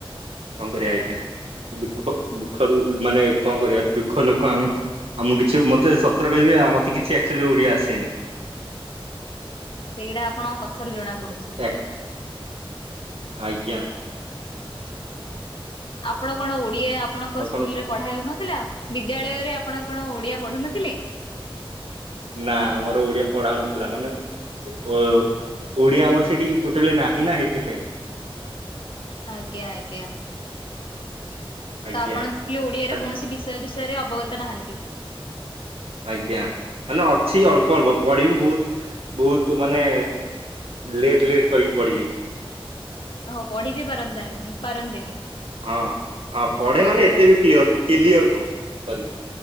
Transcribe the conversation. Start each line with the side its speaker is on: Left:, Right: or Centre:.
Right: କଣ କରିବା ଆଜ୍ଞା ଦୁଃଖ ଦୁଃଖ ମାନେ କଣ କରିବା ଦୁଃଖ ଲୋକ ଆମେ। ଆଉ ମୁଁ କିଛି ମତେ ସତରେ କହିବି ଆ ମତେ କିଛି ଆକ୍ଚୁଆଲି ଓଡିଆ ଆସେନି।
Left: <inaudible> ସେଇଗଟା ଆପଣଙ୍କ କଥାରୁ ଜଣା ପଡୁଛି।
Right: ଆ- ଆଜ୍ଞା।
Left: ଆପଣ କଣ ଓଡିଆ ଆପଣଙ୍କ
Right: ଆଉ
Left: ସ୍କୁଲ
Right: କଣ କୁହନ୍ତୁ।
Left: ରେ ପଢା ହେଉନଥିଲା। ବିଦ୍ୟାଳୟରେ ଆପଣ କଣ ଓଡିଆ ପଢୁନଥିଲେ।
Right: ନା ଆମର ଓଡିଆ ପଢା ହନଥିଲା ମାନେ ଅ ଓଡିଆ ଆମର ସେଠି ଟୋଟାଲି ନାହିଁ ନା ହେଇଥିପାଇଁ।
Left: ଆଜ୍ଞା ଆଜ୍ଞା।
Right: ଆଜ୍ଞା
Left: ତ ଆପଣ ଓଡିଆରେ
Right: ଖାଲି
Left: କୌଣସି ବିଷୟ ବିଷୟରେ ଅବଗତ ନାହାନ୍ତି।
Right: ଆଜ୍ଞା ମାନେ ଅଛି ଅଳ୍ପ ଅଳ୍ପ ପଢିବି ବହୁତ ବହୁତ ମାନେ ଲେଟ ଲେଟ କରିକି ପଢିବି।
Left: ହଉ ପଢି ବି ପାରନ୍ତାନି ପାରନ୍ତିନି
Right: ହଁ ହଁ ପଢେ ମାନେ ଏତେ ବି କ୍ଲିୟର କିଲିଅର୍ ନୁହଁ ସରି।